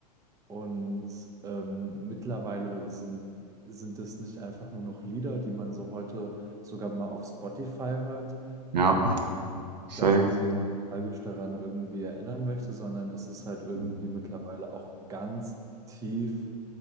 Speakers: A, on the right (about 15°); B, on the right (about 85°).
A: und ähm, mittlerweile sind, sind es nicht einfach nur noch Lieder, die man so heute sogar mal auf Spotify hört,
B: Ja. Safe.
A: da irgendwie nostalgisch daran irgendwie erinnern möchte, sondern es ist halt irgendwie
B: Hm.
A: mittlerweile auch ganz tief